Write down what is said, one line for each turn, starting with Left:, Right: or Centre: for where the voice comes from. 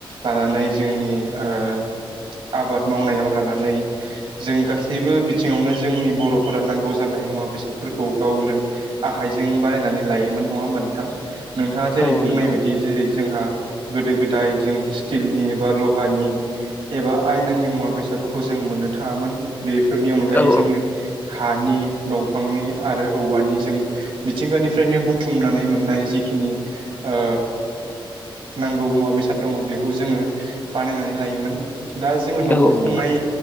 Right: लानानै जोंनि ओ आबाद मावनायाव लानानै जों गासैबो बि थिङावनो जोंनि बर'फोरा नांगौ जानाय मुवा बेसादफोरखौ गावनो आखाइजों बानायनानै लायोमो मोन नङा होमबा नोंथां? नोंथाङा जेरै
Left: औ
Right: बुंनाय
Left: नंगौ
Right: बायदि जेरै जोंहा गोदो गोदाय जों स्टिलनि बा ल'हानि एबा आयनानि मुवा बेसाद फोरखौ जों मोननो थाङामोन बेफोरनि अनगायै
Left: औ
Right: जोङो
Left: औ
Right: हानि दंफांनि आरो औवानि जों मिथिंगानिफ्रायनो बुथुमनानै मोननाय जि खिनि ओ नांगौ मुवा बेसाद दङ बेखौ जोङो बानायनानै लायोमोन। दा जोङो न'खर
Left: औ औ
Right: खुंनाय
Left: नंगौ